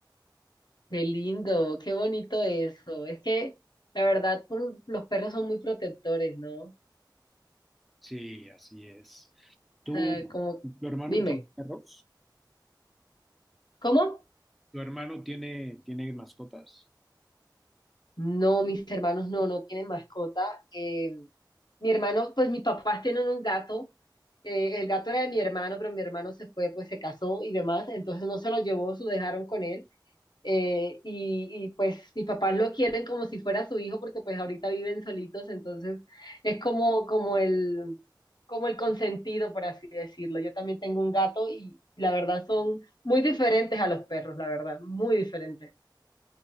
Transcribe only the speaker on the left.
Qué lindo, qué bonito eso. Es que la verdad, por, los perros son muy protectores, ¿no?
sea, como,
dime,
¿cómo?
No, mis hermanos no, no tienen mascota. Eh, mi hermano, pues mis papás tienen un gato. eh, el gato era de mi hermano, pero mi hermano se fue, pues se casó y demás, entonces no se lo llevó, se lo dejaron con él. eh, y, y, pues mis papás lo quieren como si fuera su hijo, porque pues ahorita viven solitos, entonces es como, como el, como el consentido, por así decirlo. Yo también tengo un gato y la verdad son muy diferentes a los perros, la verdad, muy diferentes.